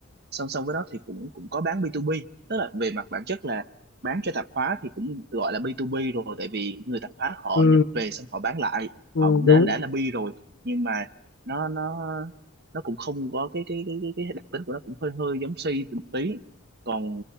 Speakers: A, on the right (about 50°); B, on the left (about 70°).
A: song song với đó thì cũng cũng có bán B2B tức là về mặt bản chất là bán cho tạp hóa thì cũng gọi là B2B rồi tại vì người tạp hóa họ
B: ừ,
A: nhập về xong họ bán lại
B: ừ,
A: họ cũng đã
B: đúng
A: đã là B rồi nhưng mà nó nó nó cũng không có cái cái cái cái, cái đặc tính của nó cũng hơi hơi giống C một tí còn